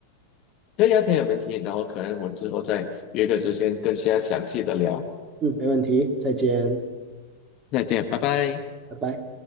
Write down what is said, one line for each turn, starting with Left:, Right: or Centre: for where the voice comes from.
Left: 可以啊，可以啊没问题。然后可能我们之后再约个时间更加详细的聊。
Right: 嗯，没问题，再见，
Left: 再见，拜拜。
Right: 拜拜。